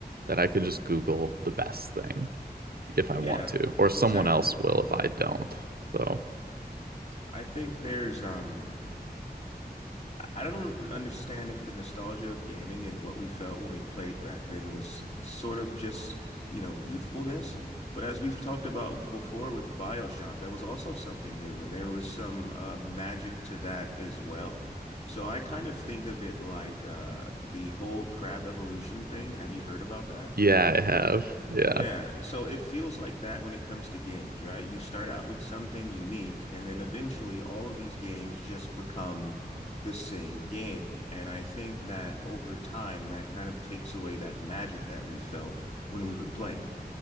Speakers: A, on the right; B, on the left.
A: that I can just Google the best thing if I want
B: Yeah,
A: to, or someone
B: exactly.
A: else will if I don't. So
B: I think there's um I don't understand if the nostalgia of gaming and what we felt when we played back then was sort of just, you know, youthfulness. But as we've talked about before with BioShock, that was also something new, and there was some uh, magic to that as well. So I kind of think of it like uh, the whole crab evolution thing. Have you heard about that?
A: yeah, I have. Yeah.
B: Yeah, so it feels like that when it comes to games, right? You start out with something unique, and then eventually all of these games just become the same game. And I think that over time, that kind of takes away that magic that we felt when we were playing.